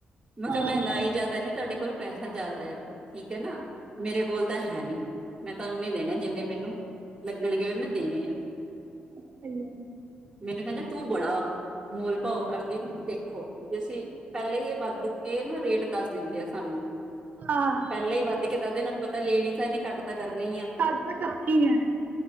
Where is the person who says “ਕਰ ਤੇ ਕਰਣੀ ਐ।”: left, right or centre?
Right